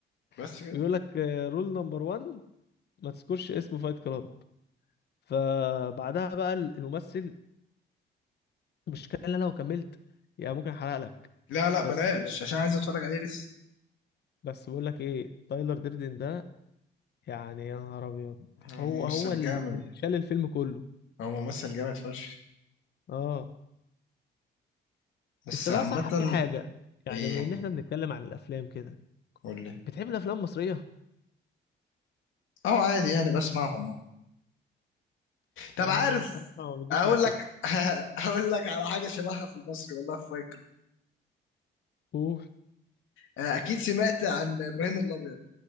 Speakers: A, on the left; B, on the left.
A: بس
B: <laughs>
A: كده
B: بيقول لك رول نمبر 1 ما تذكرش اسم فايت كلاب فبعدها بقى ال- الممثل المشكله ان انا لو كملت يعني ممكن احرق لك
A: لا لا
B: بس
A: بلاش عشان عايز اتفرج عليه لسه
B: بس بقول لك ايه تايلر ديردن ده يعني يا نهار ابيض
A: هو
B: هو
A: ممثل
B: هو ال-
A: جامد
B: اللي شال الفيلم كله
A: هو ممثل جامد فشخ
B: اه
A: بس
B: انت بقى
A: عامة
B: صح في حاجه يعني
A: ايه
B: بما ان احنا بنتكلم عن الافلام كده
A: قول لي
B: بتحب الافلام المصريه
A: اه عادي يعني بسمعهم اه طب
B: انا
A: عارف
B: بصراحه ما بتجيش
A: اقول
B: معايا سكه
A: لك <laughs> هقول لك على حاجة شبهها في المصري والله في فايت كلاب
B: اوف
A: آه، اكيد سمعت عن ابراهيم الابيض